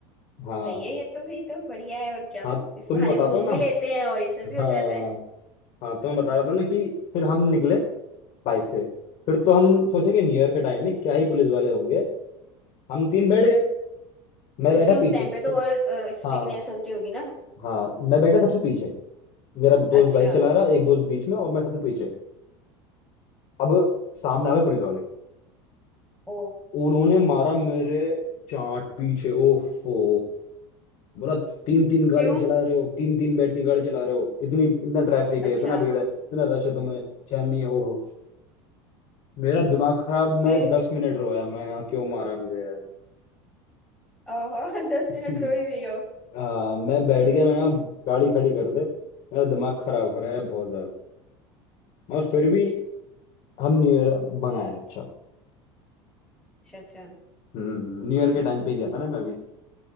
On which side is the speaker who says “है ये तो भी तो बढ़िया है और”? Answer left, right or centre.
Centre